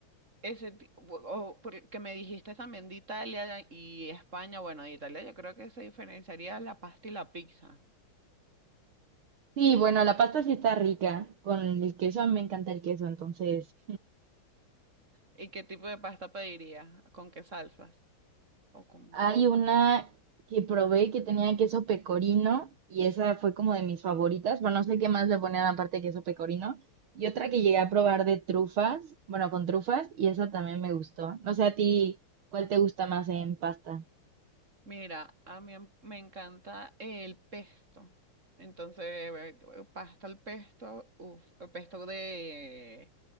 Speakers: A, on the right (about 35°); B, on the right (about 75°).
A: ese ti- o, o por- que me dijiste también de Italia y España. Bueno, de Italia yo creo que se diferenciaría la pasta y la pizza.
B: sí, bueno, la pasta sí está rica, con el queso, a mí me encanta el queso, entonces
A: ¿Y qué tipo de pasta pedirías? ¿Con qué salsas? ¿O con...?
B: Hay una que probé que tenía queso pecorino y esa fue como de mis favoritas. Bueno, no sé qué más le ponían aparte de queso pecorino. Y otra que llegué a probar de trufas, bueno, con trufas, y esa también me gustó. No sé a ti, ¿cuál te gusta más en pasta?
A: Mira, a mí em- me encanta el pesto. Entonces, eh, pasta al pesto, uff, pesto de